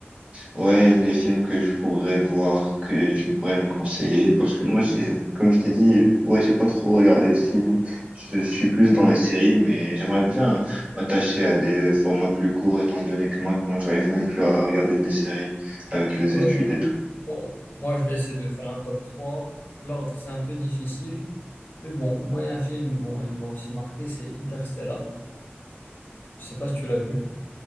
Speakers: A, on the right; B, on the left.
A: ouais les films que je pourrais voir que tu me pourrais me conseiller parce que moi j'ai comme je t'ai dit ouais j'ai pas trop regardé de films je suis plus dans les séries mais j'aimerais bien m'attacher à des formats plus courts étant donné que maintenant j'arrive même plus à regarder des séries avec les
B: Ouais.
A: études et tout
B: Bon, moi, je vais essayer de faire un top 3. L'ordre, c'est un peu difficile. Mais bon, moi, il y a un film, bon, il m'a aussi marqué, c'est Interstellar. Je sais pas si tu l'as vu.